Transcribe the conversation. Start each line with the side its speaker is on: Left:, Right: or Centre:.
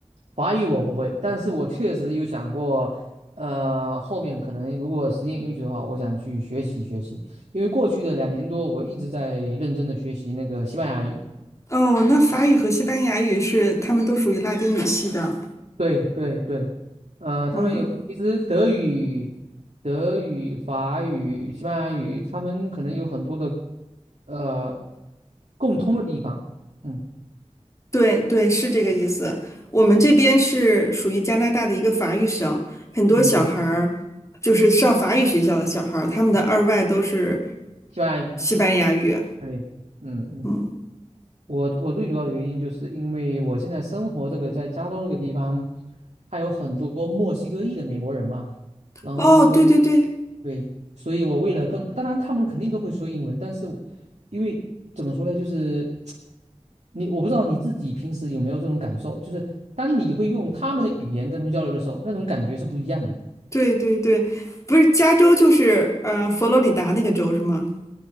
Right: 法语我不会，但是我确实有想过，呃，后面可能如果时间允许的话，我想去学习学习。因为过去的两年多，我一直在认真的学习那个西班牙语。
Left: 哦，那法语和西班牙语是，他们都属于拉丁语系的。
Right: 对对对，呃，他们有，
Left: 嗯，
Right: 其实德语、德语、法语、西班牙语，他们可能有很多的呃共通的地方。嗯
Left: 对对，是这个意思。我们这边是属于加拿大的一个法语省，
Right: 嗯
Left: 很多小孩儿就是上法语学校的小孩儿，
Right: 嗯，
Left: 他们的二外都是
Right: 西班牙语，
Left: 西班牙语。
Right: 对，嗯嗯，
Left: 嗯。
Right: 我我最主要的原因就是因为我现在生活这个在加州这个地方。还有很多墨西哥裔的美国人嘛，然后
Left: 哦，对对对
Right: 对，所以我为了更，当然他们肯定都会说英文，但是因为怎么说呢，就是你我不知道你自己平时有没有这种感受，就是当你会用他们的语言跟他们交流的时候，那种感觉是不一样的。
Left: 对对对，不是加州就是呃佛罗里达那个州是吗？